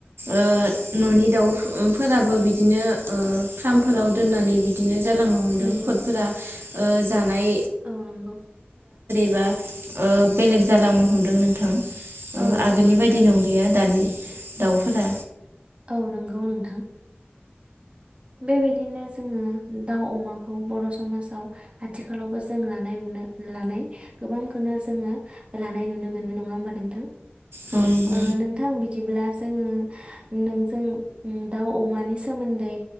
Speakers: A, on the right; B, on the right.
A: ओ- ननि दाउफोराबो बिदिनो ओ फार्मफोराव दोननानै बिदिनो जालांनो हमदों
B: नंगौ
A: खटफोरा
B: नोंथां।
A: ओ जानाय
B: औ नंगौ
A: ब्ला ओ बेलेग जालांनो हमदों नोंथां
B: औ नंगौ
A: आगोलनि
B: नोंथां
A: बायदि नंलिया दानि दाउफोरा।
B: औ नंगौ नोंथां बेबायदिनो जोङो दाउ अमाखौ बर' समाजाव आथिखालावबो जों लानाय नुनो लानाय गोबांखौनो जोङो लानाय नुनो मोनो नङा होमबा नोंथां।
A: औ नंगौ
B: ओ नोंथां बिदिब्ला जोङो। <inaudible> नोंजों दाउ अमानि सोमोन्दै